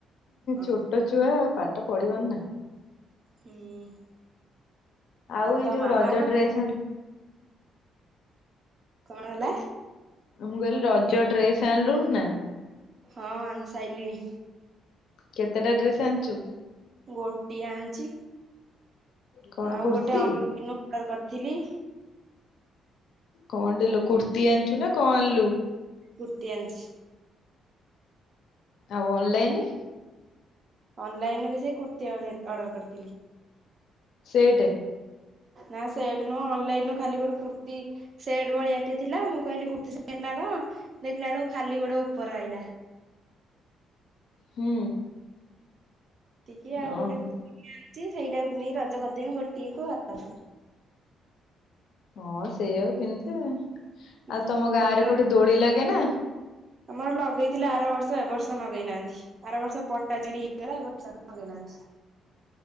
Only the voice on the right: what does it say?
ହଁ
ହୁଁ
ତୋ
ମାମା
କଣ
କଣ ହେଲା?
ହଁ ଆନ୍ ସାଇଲିଣି।
ଗୋଟିଏ ଆଣିଛି
ଆଉ
ଗୋଟେ ଅନଲାଇନ ଅର୍ଡର କରିଥିଲି।
କୂର୍ତ୍ତି ଆଣିଛି।
ଅନଲାଇନ୍ ବି ସେ କୁର୍ତ୍ତିୀ ଅର୍ଡର କରିଥିଲି।
ନାଁ ସେଟେ ନୁହେଁ ଅନଲାଇନ୍ ଖାଲି ଗୋଟେ କୂର୍ତ୍ତୀ ସେଟ୍ ଭଳିଆ ଟେ ଥିଲା ମୁଁ କହିଲି କୁର୍ତ୍ତୀ ସେଟ୍ ନାଁ କଣ ଦେଖିଲା ବେଳକୁ ଖାଲି ଗୋଟେ ଉପର ଆଇଲା।
ଏତିକି ଆଉ
ଗୋଟେ କୁର୍ତ୍ତା କି ଆଣିଚି ସେଇଟା ପିନ୍ଧିକି ରଜ କରିଦେମି ଗୋଟିଏକୁ ଆଉ।
ହୁଁ।
ଆମର ଲଗେଇଥିଲେ ଆର ବର୍ଷ ଏଇ ବର୍ଷ ଲଗେଇନାହାନ୍ତି। ବାର ବର୍ଷ ପଟା ଚୋରି ହେଇଗଲା ଏବର୍ଷ ଲଗେଇନାହାଁନ୍ତି।